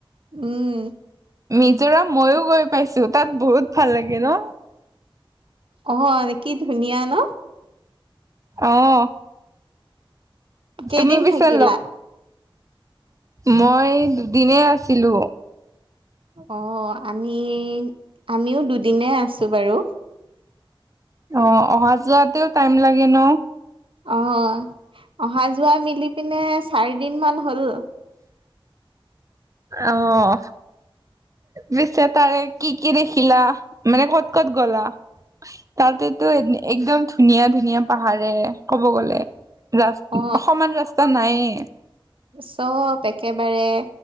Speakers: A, on the right; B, on the right.
A: উম
B: মিজোৰাম মইয়ো গৈ পাইছো তাত বহুত ভাল লাগে ন।
A: অঁ কি ধুনীয়া ন।
B: অঁহ।
A: কেইদিন
B: তুমি বিচালগ
A: থাকিলা
B: মই দুদিনে আছিলো।
A: অঁ আমি আমিও দুদিনে আছো বাৰু।
B: অঁ অহা যোৱাতেও টাইম লাগে ন।
A: অঁ অহা যোৱা মিলি পিনে চাৰিদিন মান হ'ল।
B: অঁহ। পিছে তাৰে কি কি দেখিলা মানে ক'ত ক'ত গ'লা? তাতেতো একদম ধুনীয়া ধুনীয়া পাহাৰে ক'ব গ'লে। ৰাচ
A: অ
B: সমান ৰাস্তা নায়ে।
A: চব একেবাৰে-